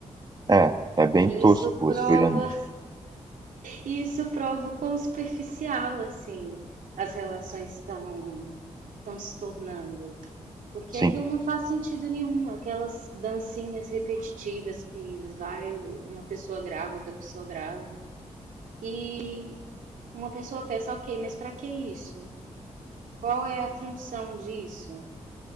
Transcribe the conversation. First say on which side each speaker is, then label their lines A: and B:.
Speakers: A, on the right; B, on the right.
A: É, é bem
B: E
A: tosco
B: isso prova,
A: você olhando.
B: e isso prova o quão superficial assim as relações estão estão se tornando. Porque
A: Sim.
B: aquilo não faz sentido nenhum, aquelas dancinhas repetitivas que vai uma pessoa grava, outra pessoa grava. E uma pessoa pensa, ok, mas para que isso? Qual é a função disso?